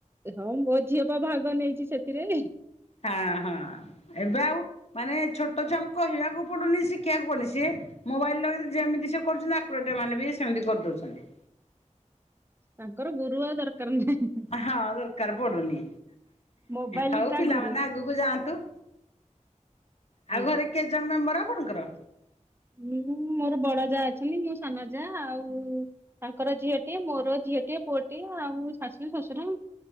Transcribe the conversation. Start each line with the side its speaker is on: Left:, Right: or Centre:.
Right: ହଁ ମୋ ଝିଅ ପା ଭାଗ ନେଇଚି ସେଥିରେ।
Left: ହା ହଁ ଏବେ ଆଉ ମାନେ ଛୋଟ ଛୁଆଙ୍କୁ କହିବାକୁ ପଡୁନି ଶିଖେଇବାକୁ ପଡୁନି ସିଏ ମୋବାଇଲ୍ ଲଗେଇଦେଇକି ଯେମିତି ସେ କରୁଚନ୍ତି ଆକୁରେଟ୍ ଏମାନେ ବି ସେମିତି କରିଦୋଉଚନ୍ତି।
Right: ତାଙ୍କର ଗୁରୁ ଆଉ ଦରକାର ନାହିଁ।
Left: ହଁ ଦରକାର ପଡୁନି
Right: ମୋବାଇଲ
Left: ହୋଉ
Right: ଟା
Left: ପିଲାମାନେ
Right: ଗୁରୁ
Left: ଆଗକୁ ଯାଆନ୍ତୁ। ଆଉ
Right: ଆଜ୍ଞା।
Left: ଘରେ କେତେ ଜଣ ମେମ୍ବର ଆପଣଙ୍କର?
Right: ହୁଁ ମୋର ବଡ ଯା ଅଛନ୍ତି ମୁଁ ସାନ ଯା ଆଉ ତାଙ୍କର ଝିଅଟିଏ ମୋର ଝିଅଟିଏ ପୁଅଟିଏ ଆଉ ଶାଶୁ ଶ୍ୱଶୁର।